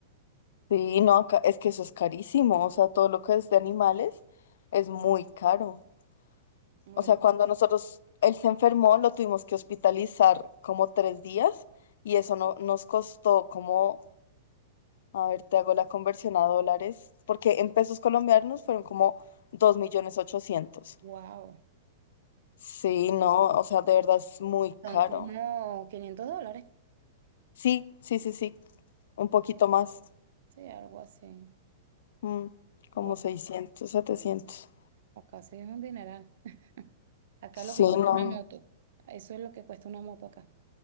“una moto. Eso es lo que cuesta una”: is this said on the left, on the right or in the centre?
Right